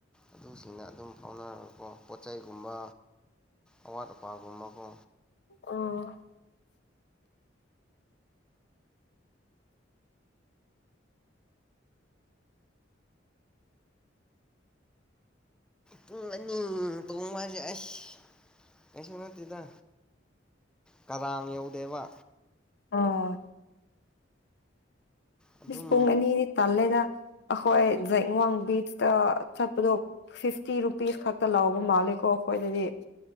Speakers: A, in the centre; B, on the left.
A: ꯑꯗꯨꯁꯤꯡꯅ ꯑꯗꯨꯝ ꯐꯥꯎꯅꯔꯀꯣ ꯄꯣꯠ ꯆꯩꯩꯒꯨꯝꯕ ꯑꯋꯥꯠ ꯑꯄꯥꯒꯨꯝꯕꯀꯣ
B: ꯑꯣ
A: ꯄꯨꯡ ꯑꯅꯤ ꯇꯣꯡꯕꯁꯦ ꯑꯁ ꯀꯩꯁꯨ ꯅꯠꯇꯦꯗ ꯀꯔꯥꯡ ꯌꯧꯗꯦꯕ
B: ꯑꯥ
A: ꯑꯗꯨꯝ
B: ꯄꯨꯡ ꯑꯅꯤꯗꯤ ꯇꯜꯂꯦꯗ ꯑꯩꯈꯣꯏ ꯖꯦꯡꯋꯥꯡ ꯕꯤꯆꯇ ꯆꯠꯄꯗꯣ <unintelligible> ꯐꯤꯐꯇꯤ ꯔꯨꯄꯤꯁ ꯈꯛꯇ ꯂꯥꯎꯕ ꯃꯥꯂꯦꯀꯣ ꯑꯩꯈꯣꯏꯗꯗꯤ